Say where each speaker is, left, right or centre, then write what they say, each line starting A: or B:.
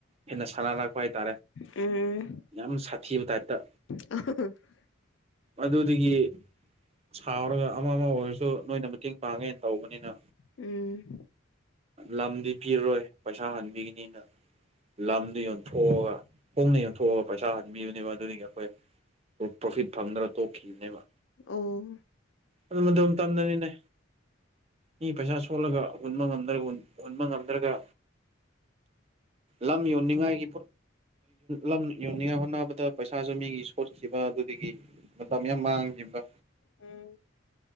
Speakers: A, on the right (about 30°); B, on the left (about 70°).
A: ꯍꯦꯟꯅ ꯁꯥꯟꯅꯔꯛꯄ ꯍꯥꯏꯇꯥꯔꯦ
B: ꯎꯝ
A: ꯌꯥꯝ ꯁꯥꯊꯤꯕ ꯇꯥꯏꯞꯇ
B: ꯑ <unintelligible>
A: ꯑꯗꯨꯗꯒꯤ ꯁꯥꯎꯔꯒ ꯑꯃ ꯑꯃ ꯑꯣꯏꯔꯁꯨ ꯅꯣꯏꯅ ꯃꯇꯦꯡ ꯄꯥꯡꯉꯦꯅ ꯇꯧꯕꯅꯤꯅ
B: ꯎꯝ
A: ꯂꯝꯗꯤ ꯄꯤꯔꯔꯣꯏ ꯄꯩꯁꯥ ꯍꯟꯕꯤꯒꯅꯤꯅ ꯂꯝꯗꯨ ꯌꯣꯟꯊꯣꯛꯑꯒ ꯍꯣꯡꯅ ꯌꯣꯟꯊꯣꯛꯑꯒ ꯄꯩꯁꯥ ꯍꯟꯕꯤꯕꯅꯦꯕ ꯑꯗꯨꯅꯤ ꯑꯩꯈꯣꯏ ꯄ꯭ꯔꯣꯐꯤꯠ ꯐꯪꯗꯅ ꯇꯣꯛꯈꯤꯕꯅꯦꯕ
B: ꯑꯣ
A: ꯑꯗꯨ ꯑꯗꯨꯝ ꯃꯇꯝꯗꯅꯤꯅꯦ ꯃꯤ ꯄꯩꯁꯥ ꯁꯣꯜꯂꯒ ꯍꯨꯟꯕ ꯉꯝꯗ꯭ꯔ ꯍꯨꯟꯕ ꯉꯝꯗ꯭ꯔꯒ ꯂꯝ ꯌꯣꯟꯅꯤꯡꯉꯥꯏꯒꯤ ꯂꯝ ꯌ ꯌꯣꯟꯅꯤꯡꯉꯥꯢ ꯍꯣꯠꯅꯕꯗ ꯄꯩꯁꯥꯁꯨ ꯃꯤꯒꯤ ꯁꯣꯠꯈꯤꯕ ꯑꯗꯨꯗꯒꯤ ꯃꯇꯝ ꯌꯥꯝ ꯃꯥꯡꯈꯤꯕ
B: ꯎꯝ